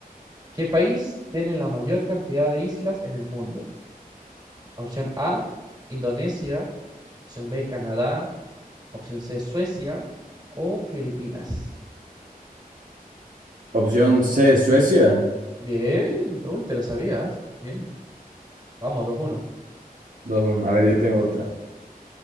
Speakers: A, on the right; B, on the right.
A: ¿Qué país tiene la mayor cantidad de islas en el mundo? Opción A, Indonesia. Opción B, Canadá. Opción C, Suecia. O Filipinas.
B: Opción C, Suecia.
A: Bien, uy, te la sabías. Bien, vamos, dos uno.
B: Dos, 1 A ver, yo tengo otra.